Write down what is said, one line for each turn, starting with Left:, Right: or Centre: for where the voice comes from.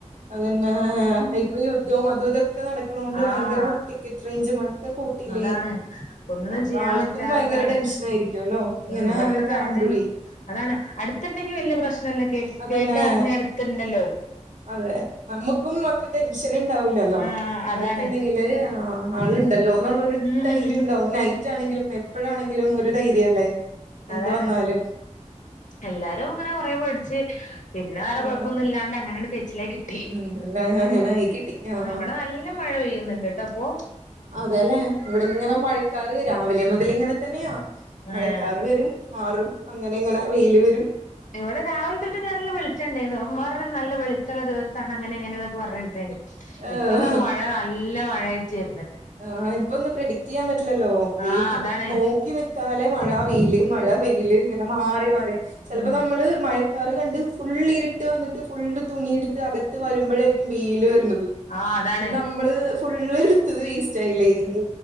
Right: അതന്നെ ഇപ്പൊ യുദ്ധവും അതും ഇതൊക്കെ നടക്ക്ണോണ്ട്
Left: ആഹ്
Right: ഭയങ്കര ടിക്കറ്റ് റേഞ്ചുമാണ് ഒക്കെ കൂട്ടിയില്ലേ
Left: അതാണ് ഒന്നും
Right: അപ്പൊ
Left: ചെയ്യാൻ
Right: ആൾക്കും
Left: പറ്റാത്ത
Right: ഭയങ്കര
Left: അവസ്ഥ
Right: ടെൻഷൻ ആയിരിക്ക്യല്ലോ ഓ ഇങ്ങനെ
Left: ഉം ഇവിടുത്തെ
Right: ഓക്കെ
Left: കാര്യം
Right: ആവുമ്പഴേ
Left: അതാണ് അടുത്ത്ണ്ടെങ്കി വല്യ പ്രശ്നല്ല കേ
Right: അതന്നെ
Left: കേട്ടറിഞ്ഞ് അടുത്ത്ണ്ടല്ലോ
Right: അതെ നമ്മുക്കും അത്ര ടെൻഷൻ ഉണ്ടാവൂലല്ലോ
Left: ആഹ് അതാണ്
Right: അടുത്തുണ്ടെങ്കില് ആ ആ ആളുണ്ടല്ലോന്നുള്ളൊരു
Left: ഉം
Right: ധൈര്യം ഉണ്ടാവും നൈറ്റാണെങ്കിലും എപ്പോഴാണെങ്കിലും ങ്കിലും ഒരു ധൈര്യ അല്ലേ എന്ത്
Left: അതാണ്
Right: വന്നാലും
Left: എല്ലാരും അങ്ങനെ കൊറേ പേഠിച്ച് പിന്നെ
Right: ആഹ്
Left: വേറെ കുഴപ്പൊന്നുല്ലാണ്ടെ അങ്ങനെണ്ട് കയ്ച്ചിലായി കിട്ട്
Right: <unintelligible>
Left: ആഹ് <unintelligible> മഴ പെയ്യുന്നുണ്ട് ട്ടോ പ്പോ
Right: അതെ ലേ ഇവടെങ്ങനെ മഴക്കാറ് രാവിലെ മുതല് ഇങ്ങനെ തന്നെയാ
Left: ഏഹ്
Right: മഴക്കാറ് വെരും മാറും അങ്ങനെ ഇങ്ങനെ വെയില് വെ
Left: ഇവ്ടെ രാവിലെ തൊട്ട് നല്ല വെളിച്ചണ്ടേയ്ന്നു അപ്പം ഇമ്മ പർഞ്ഞു നല്ല വെളിച്ചള്ള ദിവസാണ് അങ്ങനെ ഇങ്ങനെ ന്നൊക് പർഞ്ഞതേയ്നി
Right: ഏഹ്
Left: ഇപ്പതാ മഴ നല്ല മഴായ്റ്റ് വെര്ന്ന്‌ണ്ട്.
Right: ആ ഇപ്പൊന്നും പ്രെഡിക്ട് ചെയ്യാം പറ്റില്ലല്ലോ നീ
Left: ആഹ് അതാണ്
Right: നോക്കി നിക്കാലെ മഴ വെയില് മഴ വെയില് ഇങ്ങനെ മാറി മാറി ചെലപ്പോ
Left: ഉം
Right: ന്നമ്മള് മഴ ക്കാറ് കണ്ട് ഫുള്ള് ഇരിട്ട് വന്നിട്ട് ഫുള്ള് തുണി എടുത്ത് അകത്ത് വരുമ്പഴാരിക്കും വെയില് വെര്ണത്.
Left: ആ അതാണ്.
Right: നമ്മള് ഫുള്ള് ഇട്ത്തത് വേസ്റ്റ് ആയില്ലേ ഇനി നീ